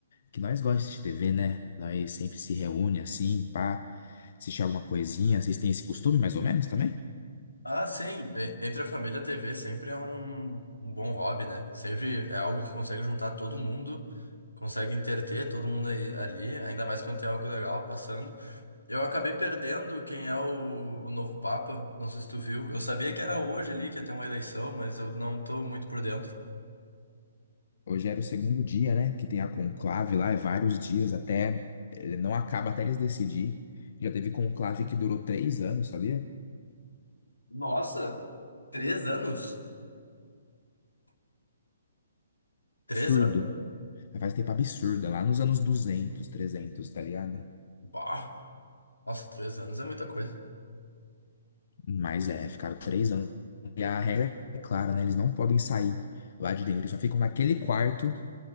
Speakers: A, on the left; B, on the left.
A: Que nós gostamos de TV, né? Nós sempre se reúne assim, pá. Assistir alguma coisinha. Vocês têm esse costume, mais ou menos, também?
B: Ah, sim, e- entre a família, a TV sempre é um, um bom hobby, né? Sempre é algo que consegue juntar todo mundo, consegue interter todo mundo aí, ali, ainda mais quando tem algo legal passando. Eu acabei perdendo quem é o, o novo Papa, não sei se tu viu. Eu sabia que era hoje ali que ia ter uma eleição, mas eu não tô muito por dentro.
A: Hoje era o segundo dia, né? Que tem a conclave lá, é vários dias até. Ele não acaba até eles decidir. Já teve conclave que durou três anos, sabia?
B: Nossa, três anos? Três
A: Absurdo.
B: anos?
A: Mas Faz tempo absurdo, é lá nos anos 200, 300, tá ligado?
B: Bah, nossa, três anos é muita coisa.
A: Mas é, ficaram três anos. E a regra é clara, né? Eles não podem sair lá de dentro. Eles só ficam naquele quarto,